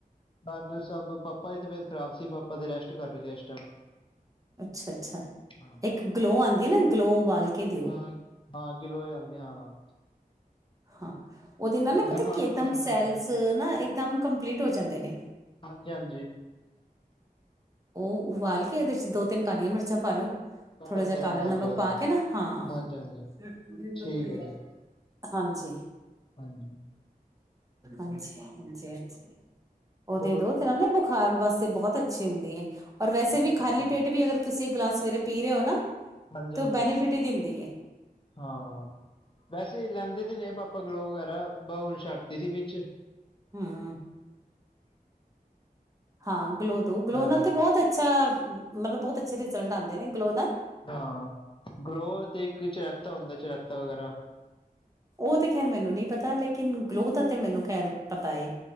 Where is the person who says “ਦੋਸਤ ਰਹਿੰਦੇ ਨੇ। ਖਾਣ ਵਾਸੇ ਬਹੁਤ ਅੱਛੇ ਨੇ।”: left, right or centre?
Right